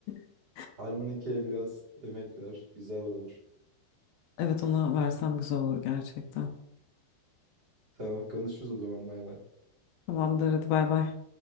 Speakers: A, on the left; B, on the right.
A: <laughs>
B: Harmonike'ye biraz emek ver. Güzel olur.
A: Evet ona versem güzel olur gerçekten.
B: Tamam konuşuruz o zaman. Bay bay.
A: Tamamdır hadi bay bay.